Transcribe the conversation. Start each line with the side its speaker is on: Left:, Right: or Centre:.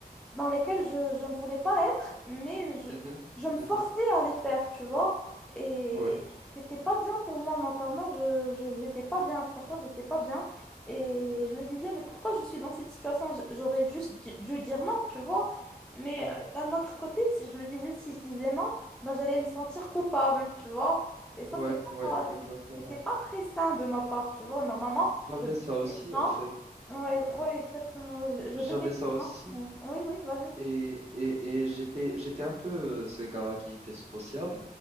Centre: dans lesquelles je, je ne voulais pas être, mais je,
Right: Mhm,
Centre: je me forçais
Right: mhm.
Centre: à les faire, tu vois. Et
Right: Ouais,
Centre: c'était pas bien pour moi mentalement, je, je n'étais pas bien, franchement, j'étais pas bien. Et je me disais, mais pourquoi je suis dans cette situation? J- J'aurais juste dû, dû dire non, tu vois. Mais
Right: ouais,
Centre: euh, d'un autre côté, si je me disais, si je disais non, ben, j'allais me sentir coupable, tu vois. Et ça,
Right: ouais,
Centre: c'est
Right: ouais,
Centre: pas,
Right: exactement.
Centre: c'est- c'était pas très sain de ma part, tu vois. Normalement,
Right: J'avais
Centre: je dois
Right: ça aussi,
Centre: dire non.
Right: en fait.
Centre: Oui, ouais,
Right: Ouais.
Centre: ouais, exactement. ouais, Je, je
Right: J'avais
Centre: devais dire
Right: ça aussi.
Centre: non. mais- Oui, oui, vas-y.
Right: Et, et, et j'étais, j'étais un peu euh, ce gars qui était sociable